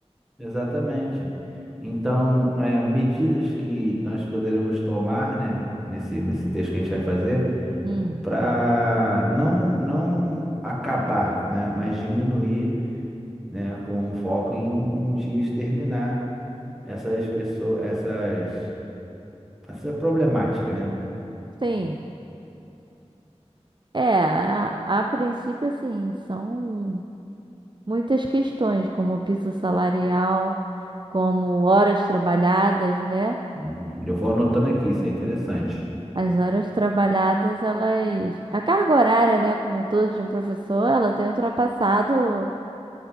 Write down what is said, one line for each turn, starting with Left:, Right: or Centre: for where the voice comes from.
Centre: Exatamente. Então, é, medidas que nós poderemos tomar, né, nesse, nesse texto que a gente vai fazer,
Right: Hum,
Centre: para não, não acabar, né, mas diminuir, né, com foco em um dia exterminar essas pessoas, essas Essa é problemática, né?
Right: sim. É, a, a princípio, assim, são muitas questões, como o piso salarial, como horas trabalhadas, né?
Centre: Hum, eu vou anotando aqui, isso é interessante.
Right: As horas trabalhadas, elas. A carga horária, né, como um todo de um professor, ela tem ultrapassado